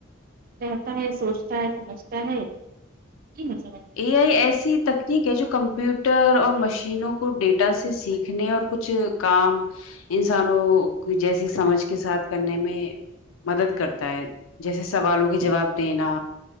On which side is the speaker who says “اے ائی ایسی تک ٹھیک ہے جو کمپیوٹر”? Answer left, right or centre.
Left